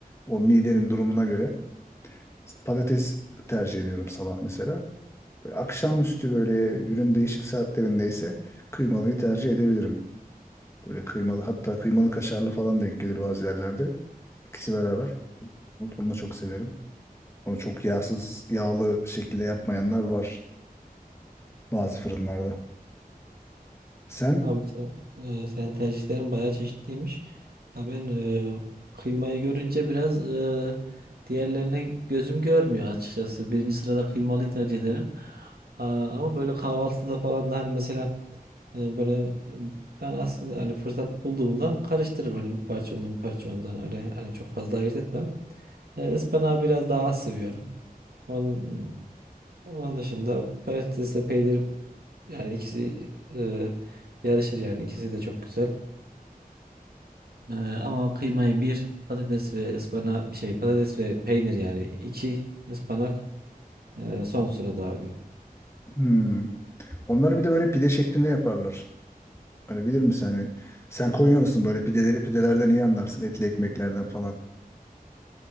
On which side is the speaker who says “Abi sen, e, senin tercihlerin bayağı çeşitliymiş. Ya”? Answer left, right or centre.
Right